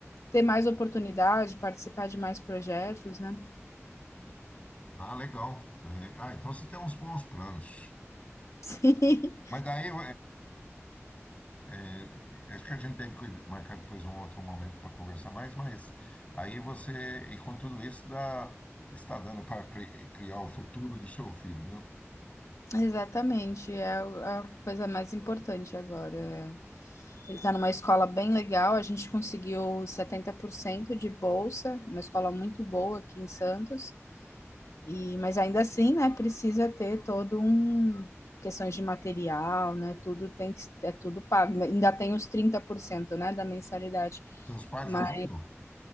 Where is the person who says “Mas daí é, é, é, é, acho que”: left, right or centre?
Left